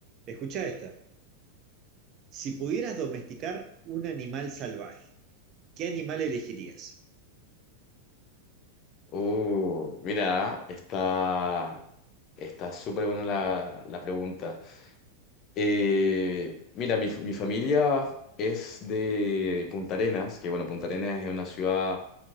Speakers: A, on the right; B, on the left.
A: Escucha esta. Si pudieras domesticar un animal salvaje, ¿qué animal elegirías?
B: Uh, mira, está, está súper buena la, la pregunta. Eh, mira, mi, mi familia es de Punta Arenas, que bueno, Punta Arenas es una ciudad